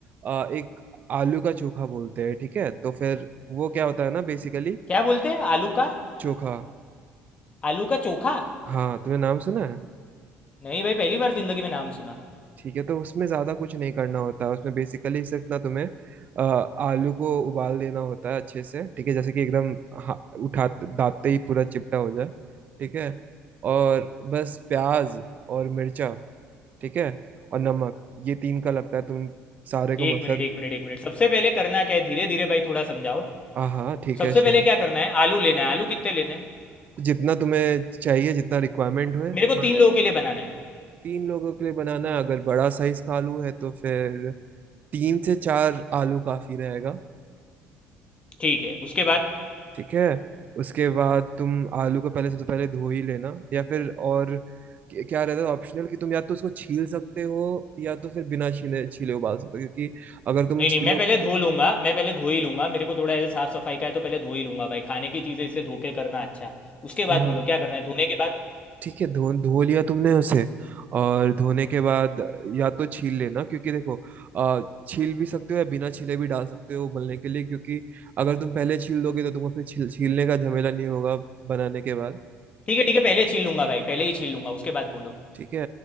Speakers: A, on the right; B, on the left.
A: अ, एक आलू का चोखा बोलते हैं ठीक है तो फिर वो क्या होता है ना बेसिकली
B: क्या बोलते हैं आलू का
A: चोखा
B: आलू का चोखा
A: हाँ तुमने नाम सुना है
B: नहीं भाई पहली बार जिंदगी में नाम सुना
A: ठीक है तो उसमें ज्यादा कुछ नहीं करना होता है उसमें बेसिकली सिर्फ ना तुम्हें अ, आलू को उबाल देना होता है अच्छे से ठीक है जैसे कि एकदम हा- उठा दाबते ही पूरा चिपटा हो जाए ठीक है और बस प्याज और मिर्चा ठीक है और नमक ये तीन का लगता है तुम सारे को
B: एक
A: मसल
B: मिनट एक मिनट एक मिनट सबसे पहले करना क्या है धीरे धीरे भाई थोड़ा समझाओ
A: हाँ हाँ ठीक
B: सबसे
A: है
B: पहले
A: श्योर
B: क्या करना है आलू लेना है आलू कितने लेने हैं
A: जितना तुम्हें चाहिए जितना रिक्वायरमेंट हो
B: मेरे को
A: हाँ
B: तीन लोगों के लिए बनाना है
A: तीन लोगों के लिए बनाना है अगर बड़ा साइज का आलू है तो फिर तीन से चार आलू काफी रहेगा
B: ठीक है उसके बाद
A: ठीक है उसके बाद तुम आलू को पहले सबसे पहले धो ही लेना या फिर और क- क्या रहता है ऑप्शनल कि तुम या तो उसको छील सकते हो या तो फिर बिना छीने छीले उबाल सकते हो क्योंकि अगर तुम
B: नहीं,
A: छीलो
B: नहीं, मैं पहले धो लूँगा मैं पहले धो ही लूँगा, मेरे को थोड़ा ऐसे साफ़-सफ़ाई का है तो पहले धो ही लूँगा भाई, खाने की चीज़ें इसलिए धो के करना अच्छा। उसके बाद
A: हाँ
B: बोलो क्या करना है? धोने के बाद?
A: ठीक है धो धो लिया तुमने उसे और धोने के बाद या तो छील लेना क्योंकि देखो अ, छील भी सकते हो या बिना छीले भी डाल सकते हो उबलने के लिए क्योंकि अगर तुम पहले छील दोगे तो तुमको फिर छील छीलने का झमेला नहीं होगा बनाने के बाद
B: ठीक है, ठीक है, पहले छील लूँगा भाई, पहले ही छील लूँगा, उसके बाद बोलो।
A: ठीक है